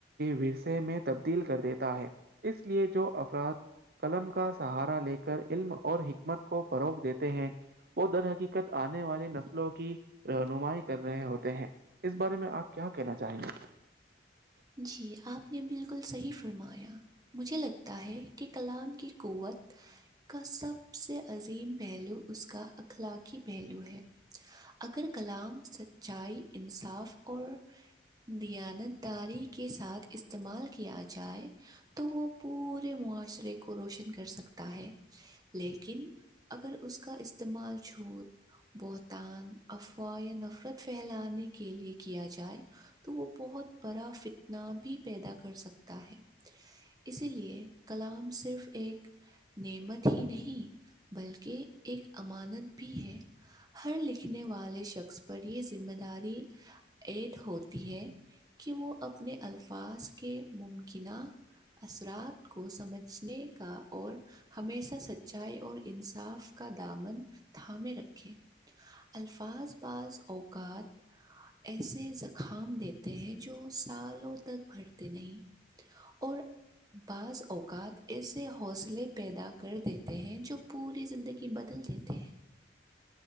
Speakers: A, on the right; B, on the right.
A: رسے میں تبدیل کر دیتا ہے اس لیے جو افراد قلم کا سہارا لے کر علم اور حکمت کو فروغ دیتے ہیں وہ در حقیقت آنے والی نسلوں کی رہنمائی کر رہے ہوتے ہیں اس بارے میں آپ کیا کہنا چاہیں گے
B: جی آپ نے بالکل صحیح فرمایا مجھے لگتا ہے کے کلام کی قوت کا سب سے عظیم پہلو اس کا اخلاقی پہلو ہے اگر کلام سچائی انصاف اور دیانت داری کے ساتھ استعمال کیا جائے تو وہ پورے معاشرے کو روشن کر سکتا ہے لیکن اگر ا کا استعمال چھوٹ <unintelligible> بہتان افواہ یا نفرت پھیلانے کے لیے کیا جائے تو وہ بہت بڑا فتنا بھی پیدا کر سکتا ہے اسی لیے کلام صرف ایک نعمت ہی نہیں بلکہ ایک امانت بھی ہے ہر لکھنے والے شخص پر یہ ذمہ داری ایڈ ہوتی ہے کہ وہ اپنے الفاظ کے ممکنہ اثرات کو سمجھنے کا اور ہمیشہ سچائی اور انصاف کا دامن تھامے رکھے الفاظ بعض اوقات ایسے زکام دیتے ہیں جو سالوں تک بھرتے نہیں اور بعض اوقات ایسے حوصلے پیدا کر دیتے ہیں جو پوری زندگی کہ بدل دیتے ہیں